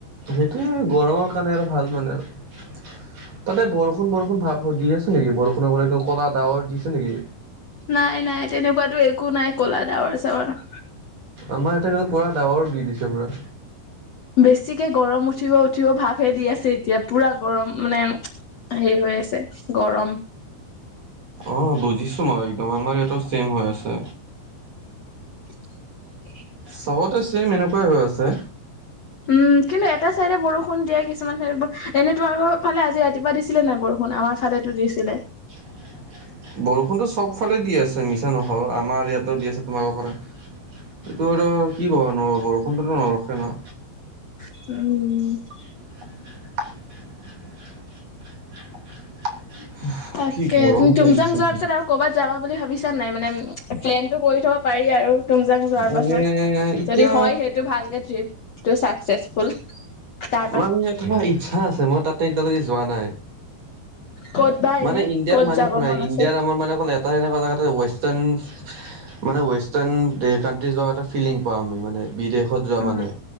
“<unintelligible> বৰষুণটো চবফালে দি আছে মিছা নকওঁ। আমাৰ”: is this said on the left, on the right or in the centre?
Right